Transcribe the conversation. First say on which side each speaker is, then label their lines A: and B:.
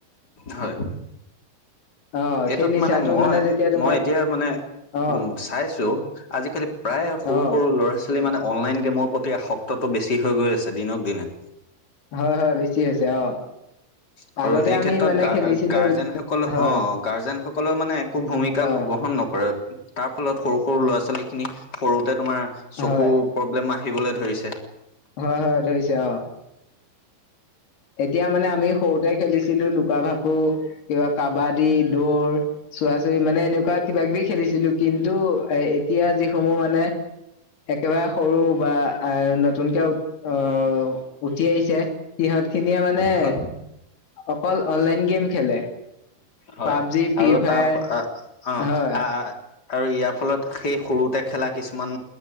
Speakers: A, on the left; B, on the left.
A: হয়।
B: অ
A: এইটোত
B: সেই নিচাটো
A: মানে, মই,
B: যেতিয়া তোমাৰ
A: মই এতিয়া মানে
B: অ
A: উ, চাইছো। আজিকালি প্ৰায় সৰু
B: অ
A: সৰু ল'ৰা ছা মানে অনলাইন গেমৰ প্ৰতি, আসক্তটো বেছি হৈ গৈ আছে, দিনক দিনে।
B: হয়, হয়, বেছি হৈছে, অ,
A: আৰু
B: আগতে
A: এই
B: আমি
A: ক্ষেত্ৰত
B: মানে
A: গা-গাৰ্জেনসকলৰ
B: খেলিছিলো এইবিলাক- হয়
A: অ, গাৰ্জেন সকলৰ মানে একো ভূমিকা
B: অ
A: গ্ৰহণ নকৰে। তাৰ ফলত সৰু সৰু ল'ৰা-ছোৱালী খিনি সৰুতে তোমাৰ চকু
B: হয়
A: প্ৰব্লেম আহিবলৈ ধৰিছে।
B: হয়, হয়, ধৰিছে অ, এতিয়া মানে আমি সৰুতে খেলিছিলো, লুকা-ভাকু, কিবা কাবাদী, দৌৰ। চোৱা-চুই মানে এনেকুৱা কিবা কিবি খেলিছিলো, কিন্তু এতিয়া যিসমূহ মানে একেবাৰে সৰু বা আ নতুনকে আহ উঠি আহিছে সিহঁত খিনিয়ে মানে
A: হয়
B: অকল অনলাইন গেম খেলে
A: হয়
B: পাবজি ফ্ৰী
A: আৰু
B: ফায়াৰ
A: তাৰ অ
B: হয়
A: আহ আৰু ইয়াৰ ফলত সেই সৰুতে খেলা কিছুমান